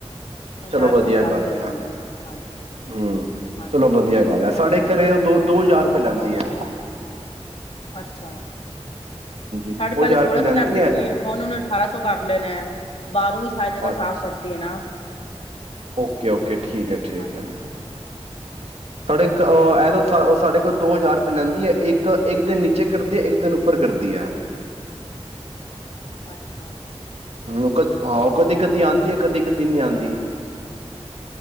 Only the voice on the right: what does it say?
ਚਲੋ
ਵਧੀਆ
ਗੱਲ
ਹੈ,
ਹੂੰ
ਚਲੋ ਵਧੀਆ ਗੱਲ ਹੈ ਸਾਡੇ ਘਰੇ ਦੋ- ਦੋ ਹਜ਼ਾਰ ਬੁਲਾਂਦੀ ਹੈ।
ਦੋ
ਹਜ਼ਾਰ
ਰੁਪਏ
ਐ
ਅੱਛ
ਓਕੇ- ਓਕੇ, ਠੀਕ ਹੈ, ਠੀਕ
ਹੈ।
ਤੁਹਾਡੇ ਇਹ ਤਾਂ ਉਹ ਸਾਡੇ ਕੋਲ ਦੋ ਹਜ਼ਾਰ ਰੁਪਏ ਲੈਂਦੀ ਹੈ, ਇੱਕ- ਇੱਕ ਦਿਨ ਨੀਚੇ ਕਰਦੀ ਹੈ ਇੱਕ ਦਿਨ ਉੱਪਰ ਕਰਦੀ ਹੈ।
ਹੂੰ ਉਹ ਕਦੇ ਉਹ
ਕਦੇ
ਕਦੀ
ਆਉਂਦੀ ਹੈ ਕਦੀ ਕਦੀ ਨਹੀਂ ਆਂਦੀ। ਦੀ।